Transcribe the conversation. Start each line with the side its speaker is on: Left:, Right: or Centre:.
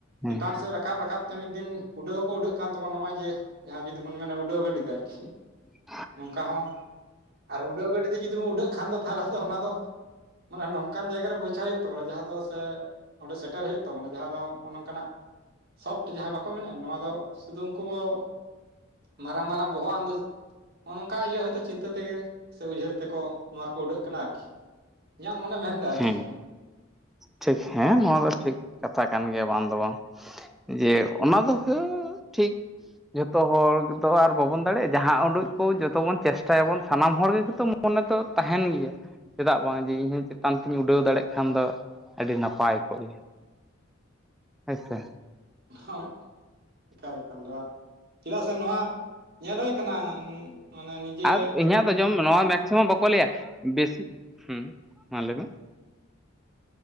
Centre: ᱦᱮᱸ
Right: ᱪᱮᱛᱟᱱ ᱥᱮᱫ, ᱨᱟᱠᱟᱵ ᱨᱟᱠᱟᱵ, ᱨᱟᱠᱟᱵ ᱛᱮ, ᱢᱤᱫ ᱫᱤᱱ, ᱩᱰᱟᱹᱣ ᱦᱚᱸᱠᱚ, ᱩᱰᱟ. ᱜ ᱠᱟᱱ ᱛᱟᱵᱚᱱᱟ, ᱱᱚᱜᱼᱚᱭ ᱡᱮ, ᱡᱟᱦᱟᱸ ᱡᱩᱫᱤ ᱵᱚᱱ ᱢᱮᱱᱟ, ᱩᱰᱟ. ᱣ ᱜᱟ. ᱵᱤ ᱛᱮ ᱟᱨᱠᱤ,
Centre: ᱦᱩᱸ <unintelligible>
Right: ᱱᱚᱝᱠᱟ ᱦᱚᱸ ᱟᱨ, ᱩᱰᱟᱹᱣ ᱜᱟᱹᱰᱤ ᱛᱮ, ᱡᱩᱫᱤ ᱵᱚᱱ ᱩᱰᱟᱹᱜ ᱠᱷᱟᱱ ᱫᱚ, ᱛᱟᱦᱚᱞᱮ ᱚᱱᱟ ᱫᱚ, ᱢᱟᱱᱮ, ᱱᱚᱝᱠᱟᱱ ᱡᱟᱭᱜᱟ ᱨᱮᱵᱚ ᱤᱪᱪᱷᱟ, ᱦᱩᱭᱩᱜ ᱛᱟᱵᱚᱱᱟ, ᱡᱟᱦᱟᱸ ᱫᱚ, ᱥᱮ ᱚᱸᱰᱮ, ᱥᱮᱴᱮᱨ ᱦᱩᱭᱩᱜ ᱛᱟᱵᱚᱱᱟ, ᱡᱟᱦᱟᱸ ᱫᱚ, ᱱᱚᱜᱼᱚ ᱱᱚᱝᱠᱟᱱᱟᱜ ᱥᱟᱯᱴ ᱡᱟᱦᱟᱸ ᱵᱟᱠᱚ ᱢᱮᱱᱟ, ᱱᱚᱣᱟ ᱫᱚ ᱥᱩᱫᱩᱢ ᱠᱚᱵᱚ, ᱢᱟᱨᱟᱝ ᱢᱟᱨᱟᱝ ᱵᱚᱦᱚᱜ, ᱟᱸᱫᱚ ᱱᱚᱜᱼᱚ ᱱᱚᱝᱠᱟ, ᱤᱭᱟᱹ ᱦᱚᱭ ᱛᱳ ᱪᱤᱱᱛᱟᱹ ᱛᱮᱜᱮ, ᱥᱮ ᱩᱭᱦᱟᱹᱨ ᱛᱮᱠᱚ, ᱱᱚᱣᱟ ᱨᱮᱠᱚ, ᱩᱰᱟᱹᱜ ᱠᱟᱱᱟ ᱟᱨᱠᱤ, ᱤᱧᱟᱹᱜ ᱢᱚᱱᱮ, ᱢᱮᱱᱮᱫᱟ
Centre: ᱦᱮᱸ
Right: ᱠᱤ
Centre: ᱴᱷᱤᱠ, ᱦᱮᱸ ᱱᱚᱣᱟ ᱫᱚ, ᱴᱷᱤᱠ ᱠᱟᱛᱷᱟ, ᱠᱟᱱ ᱜᱮᱭᱟ, ᱵᱟᱝ ᱫᱚ ᱵᱟᱝ, ᱦᱩᱼᱩ-ᱡ ᱡᱮ, ᱚᱱᱟ ᱫᱚ ᱦᱟ. ᱻᱟᱟᱟᱟᱟᱻ ᱴᱷᱤᱠ ᱡᱷᱚᱛᱚ ᱦᱚᱲ ᱫᱚ ᱟᱨ ᱵᱟᱵᱚᱱ ᱡᱚᱛᱚ ᱡᱚᱛᱚ ᱦᱚᱲ ᱫᱚ, ᱟᱨ ᱵᱟᱵᱚᱱ ᱫᱟᱲᱮᱭᱟᱜᱼᱟ ᱾ ᱡᱟᱦᱟᱸ ᱩᱰᱩᱠ ᱠᱚ, ᱡᱚᱛᱚ ᱵᱚᱱ ᱪᱮᱥᱴᱟᱭᱟ ᱵᱚᱱ, ᱥᱟᱱᱟᱢ ᱦᱚᱲ ᱜᱮᱛᱚ ᱢᱚᱱᱮ ᱫᱚ, ᱛᱟᱦᱮᱱ ᱜᱮᱭᱟ, ᱪᱮᱫᱟᱜ ᱵᱟᱝ, ᱡᱮ, ᱤᱧ ᱦᱚᱸ ᱪᱮᱛᱟᱱ ᱛᱤᱧ, ᱩᱰᱟᱹᱣ ᱫᱟᱲᱮᱭᱟᱜ ᱠᱷᱟᱱ ᱫᱚ, ᱟᱹᱰᱤ ᱱᱟᱯᱟᱭ ᱠᱚᱜ, ᱜᱮᱭᱟ, ᱦᱮᱭ ᱥᱮ
Right: ᱫᱷ-ᱴ, ᱮᱠᱟᱞ ᱮᱠᱟᱞ ᱫᱚ, <unintelligible> ᱪᱮᱫᱟᱜ ᱥᱮ ᱱᱚᱣᱟ, ᱧᱮᱞ ᱦᱩᱭ ᱟᱠᱟᱱᱟ, ᱱᱩᱻ ᱢᱟᱱᱮ ᱱᱤᱡᱮ
Centre: ᱟᱨ ᱤᱧᱟᱹᱜ ᱫᱚ, ᱡᱚᱢ ᱱᱚᱣᱟ ᱢᱮᱠᱥᱤᱢᱟᱢ ᱵᱟᱠᱚ ᱞᱟᱹᱭᱟ, ᱵᱮᱥᱤ, ᱦᱚᱸ ᱢᱟ ᱞᱟᱹᱭᱢᱮ <inaudible>